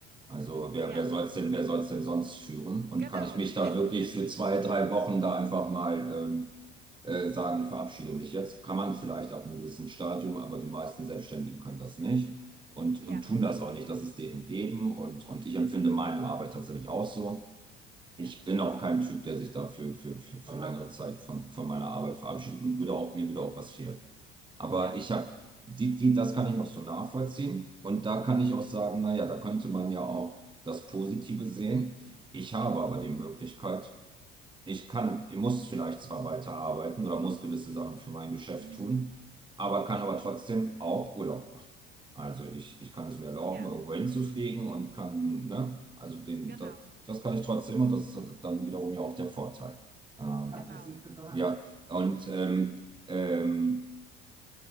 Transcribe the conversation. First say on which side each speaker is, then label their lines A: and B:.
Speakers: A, on the right; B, on the right.
A: Also wer,
B: Ja,
A: wer soll es denn, wer soll es denn sonst führen? Und
B: genau.
A: kann ich mich
B: <laughs>
A: da wirklich für zwei, drei Wochen da einfach mal ähm, äh, sagen, ich verabschiede mich jetzt? Kann man vielleicht ab einem gewissen Stadium, aber die meisten Selbstständigen können das nicht und,
B: Ja,
A: und tun das auch nicht. Das ist deren Leben und, und ich empfinde meine Arbeit tatsächlich auch so.
B: ja,
A: Ich bin auch kein Typ, der sich dafür für, für, für längere Zeit von, von meiner Arbeit verabschiedet und würde auch, mir würde auch was fehlen. Aber
B: ja.
A: ich habe, die, die, das kann ich noch so nachvollziehen. Und da kann ich auch sagen, naja, da könnte man ja auch das Positive sehen. Ich habe aber die Möglichkeit, ich kann, ich muss vielleicht zwar weiterarbeiten oder muss gewisse Sachen für mein Geschäft
B: Mhm.
A: tun, aber kann aber trotzdem auch Urlaub machen. Also ich, ich kann es mir erlauben,
B: Ja,
A: irgendwo hinzufliegen und kann, ne, also den,
B: genau.
A: das, das kann ich trotzdem und das ist halt dann wiederum ja auch der Vorteil. Ähm,
B: Genau.
A: ja, und ähm, ähm,